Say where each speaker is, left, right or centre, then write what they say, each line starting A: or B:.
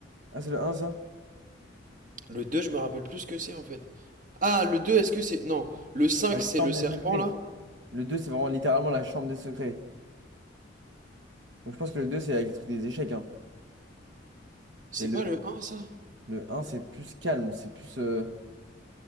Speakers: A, on the right; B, on the right.
A: Ah, c'est le un ça?
B: Le 2 je me rappelle plus ce que c'est en fait. Ah, le 2 est-ce que c'est... Non, le 5
A: La
B: c'est
A: chambre
B: le serpent
A: des secrets.
B: là?
A: Le 2 c'est vraiment littéralement la chambre des secrets. Donc, je pense que le 2 c'est avec le truc des échecs. hein.
B: C'est
A: Et le,
B: pas le un ça?
A: le un c'est plus calme, c'est plus... euh,